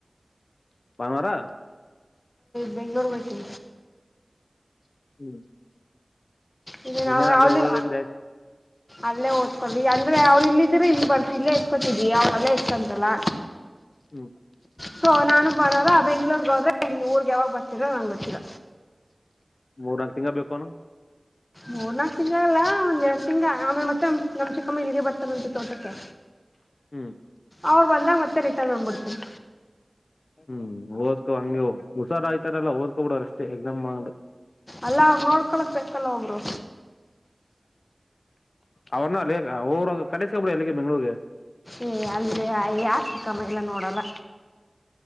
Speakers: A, on the left; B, on the left.
A: ಬಾನವಾರ
B: ಬೆಂಗಗಳೂರು ಗಸಿ
A: ಹ್ಮ
B: ಇನ್ನೇನು
A: ಇನ್ನೇನ್
B: ಅವ್ರು
A: ಅಲ್ಲೇ
B: ಅಲ್ಲಿ
A: ಓದೋದೇನ್ ಜಾಸ್ತಿ
B: ಅಲ್ಲೇ ಓದ್ಕೊಡ್ರಿ ಅಂದ್ರೆ ಅವ್ರು ಇಲ್ಲ ಇದ್ರ ಇ ಬರ್ತ ಇಲ್ಲೇ ಇಸ್ಕೋತಿದವಿ ಅವ್ರಲ್ಲೇ ಇಟ್ಕೊಂಡ್ರಲ್ಲ
A: ಹ್ಮ್
B: ಸೊ ನಾನು ಬರಾರ ಬೆಂಗ್ಳೂರ್ಗ್ ಹೋದ್ರೆ ಊರ್ಗ್ ಯಾವಾಗ್ ಬರ್ತಿರ ನಂಗೆ ಗೊತ್ತಿಲ್ಲ
A: ಮೂರ್ನಾಕು ತಿಂಗಳ ಬೇಕುನು
B: ಮೂರ್ನಾಕು ತಿಂಗಳ ಅಲ್ಲ ಒಂದ್ ಎರಡು ತಿಂಗಳ ಆಮೇಲೆ ಮತ್ತೆ ನಮ ಚಿಕ್ಕಮ್ಮ ಇಲ್ಲಿಗೆ ಬರ್ತಾರಂತೆು ತೋಟಕ್ಕೆ
A: ಹ್ಮ್
B: ಅವ್ರು ಬಂದಾಗ ಮತ್ತೆ ರಿಟರ್ನ್ ಮಾಡಂದುಬಿಡ್ತೀನಿ
A: ಹ್ಮ್ ಓದ್ಕೋ ಹಂಗಿ ಹುಷಾರ ಆಯ್ತಾರಲ್ಲ ಓದಕೊ ಬಿಡವ್ರ ಅಷ್ಟೇ ಎಕ್ಸಾಮ್ ಮಾಡ್ರ
B: ಅಲ್ಲ ಅವರು ನೋಡ್ಕೊಳಕ್ ಬೇಕಲ್ಲ ಒಬ್ರು
A: ಅವ್ರನ್ನ ಅವ್ರ ಕನಿಸಕಬ್ರಿ ಎಲ್ಲಿಗೆ ಬೆಂಗ್ಳೂಗೆ
B: ಏ ಅಲ್ಲಿ ಯಾ ಚಿಕ್ಕಮ್ಮ ಎಲ್ಲ ನೋಡಲ್ಲ